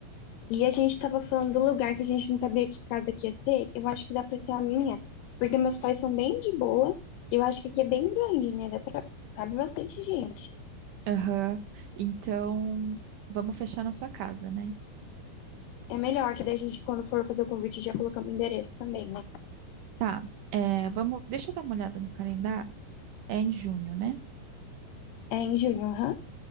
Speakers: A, on the left (about 80°); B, on the right (about 75°).
A: E a gente tava falando do lugar que a gente não sabia que casa que ia ser. Eu acho que dá pra ser a minha, porque meus pais são bem de boa. Eu acho que aqui é bem grande, né? Dá pra... Cabe bastante gente.
B: Aham. Então, vamos fechar na sua casa, né?
A: É melhor que daí a gente, quando for fazer o convite, já colocamos o endereço também, né?
B: Tá. É, vamos, deixa eu dar uma olhada no calendário. É em junho, né?
A: É em junho, aham.